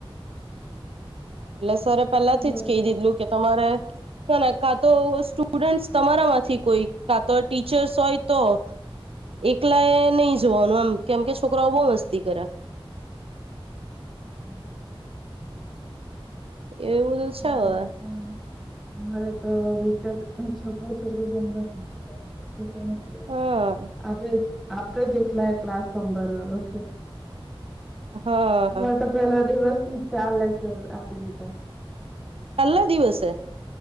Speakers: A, on the right; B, in the centre.
A: એટલે સરે પહેલાથી
B: હમ.
A: જ કહી દીધલું કે તમારે ના ના કા તો સ્ટુડન્ટસ તમારા માંથી કોઈ કા તો ટીચર્સ હોય તો એકલા એ નહી જોવાનું આમ કેમ કે છોકરાઓ બહુ મસ્તી કરે
B: હમ.
A: એવ બધું છે
B: મારે
A: હવ
B: પણ મારે તો બચાર છોકરા છોકરી બે અ <unintelligible>
A: હા
B: આપણે આપણેે જ એકલા ક્લાસ સભરવાનું છે.
A: હા.
B: અમારે તો પહેલા દિવસ થી ચાર લેક્ચર આપી દીધા.
A: પેલ્લા દિવસે